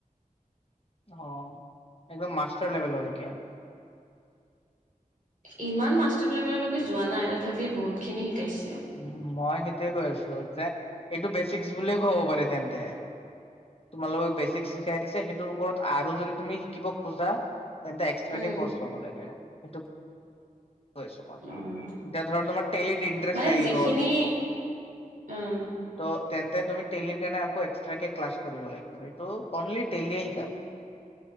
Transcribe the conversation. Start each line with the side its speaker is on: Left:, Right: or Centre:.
Left: অ', একদম মাষ্টাৰ লেভেললৈকে?
Right: ইমান মাষ্টাৰ লেভেললৈকে যোৱা নাই। তথাপি বহুতখিনি শিকাইছে।
Left: উ মই সেইটোয়ে কৈ আছো যে, এইটো বেচিকচ বুলিয়ে কব পাৰি তেন্তে। তোমালোকক বেচিকছ শিকাই দিছে। সেইটোৰ ওপৰত আৰু যদি তুমি শিকিব খোজা, তেন্তে এক্সট্ৰাকে
Right: উম
Left: ক'ৰ্চ ল'ব লাগে। সেইটো কৈ আছোঁ মই।
Right: উম
Left: এতিয়া ধৰ তোমাৰ টেলিত ইন্টাৰেষ্ট
Right: মানে
Left: লাগি
Right: যিখিনি
Left: গ'ল?
Right: উম
Left: ত'তেন্তে তুমি টেলিৰ কাৰণে আকৌ এক্সট্ৰাকে ক্লাছ কৰিব লাগিব। সেইটো অনলি টেলীয়ে শিকাব।